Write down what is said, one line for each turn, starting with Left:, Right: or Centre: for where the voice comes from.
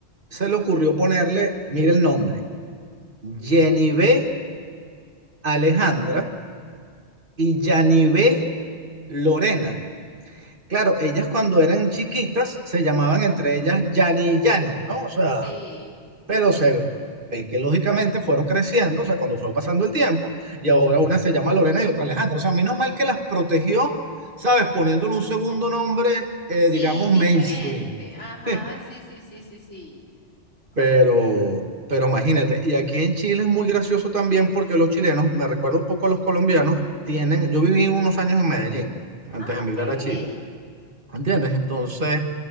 Right: se le ocurrió ponerle, mira el nombre, Yanivé Alejandra y Yanivé Lorena. Claro, ellas cuando eran chiquitas se llamaban entre ellas Yani y Yani, ¿no? O sea,
Left: Sí,
Right: pero se ve que lógicamente fueron creciendo, o sea, cuando fue pasando el tiempo, y ahora una se llama Lorena y otra Alejandra. O sea, menos mal que las protegió, ¿sabes? Poniéndole un segundo nombre, eh,
Left: sí,
Right: digamos,
Left: diferente.
Right: mainstream.
Left: Ajá,
Right: <laughs>
Left: sí, sí, sí, sí, sí.
Right: Pero,
Left: Ah,
Right: pero imagínate, y aquí en Chile es muy gracioso también porque los chilenos, me recuerdo un poco a los colombianos, tienen, yo viví unos años en Medellín antes
Left: ah,
Right: de emigrar
Left: okay.
Right: a Chile, ¿entiendes? Entonces,